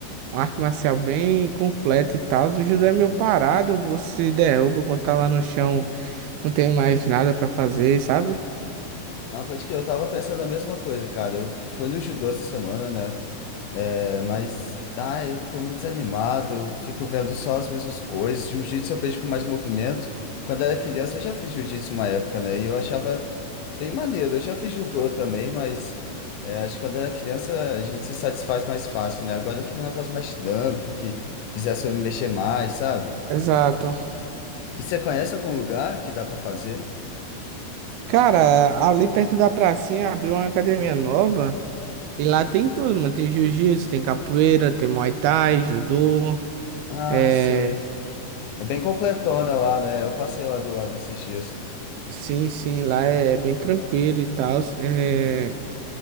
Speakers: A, on the right; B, on the left.
A: uma arte marcial bem completa e tal. O judô é meio parado, você derruba quando tá lá no chão, não tem mais nada pra fazer, sabe?
B: Ah, pode crer, eu tava pensando a mesma coisa, cara. Eu fui no judô essa semana, né? É, mas, ah, eu tô meio desanimado, eu fico vendo só as mesmas coisas. Jiu-jitsu eu vejo com mais movimento. Quando era criança, eu já fiz jiu-jitsu uma época, né? E eu achava bem maneiro. Eu já fiz judô também, mas é, acho que quando era criança a gente se satisfaz mais fácil, né? Agora eu queria um negócio mais dinâmico, que fizesse eu me mexer mais, sabe?
A: Exato.
B: E você conhece algum lugar que dá pra fazer?
A: Cara, ali perto da pracinha abriu uma academia nova e lá tem tudo, mano. Tem jiu-jitsu, tem capoeira, tem muay thai, judô.
B: Ah,
A: É...
B: sei. É bem completona lá, né? Eu passei lá do lado esses dias.
A: Sim, sim, lá é bem tranquilo e tal. É,